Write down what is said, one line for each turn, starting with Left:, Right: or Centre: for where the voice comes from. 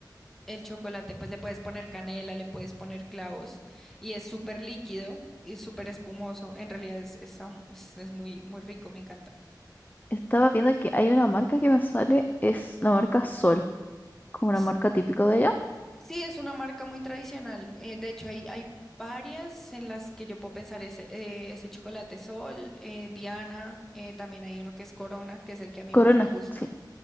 Centre: el chocolate pues le puedes poner canela, le puedes poner clavos y es súper líquido y súper espumoso. En realidad es, es, am- es- es muy, muy rico, me encanta.
Left: Estaba viendo que hay una marca que me sale, es la marca Sol, es como una
Centre: S-
Left: marca típica de allá.
Centre: Sí, es una marca muy tradicional. eh, de hecho, hay, hay varias en las que yo puedo pensar ese, eh, ese chocolate Sol, eh, Diana, eh, también hay uno que es Corona, que es el que a mí
Left: Corona,
Centre: más me gusta.
Left: sí.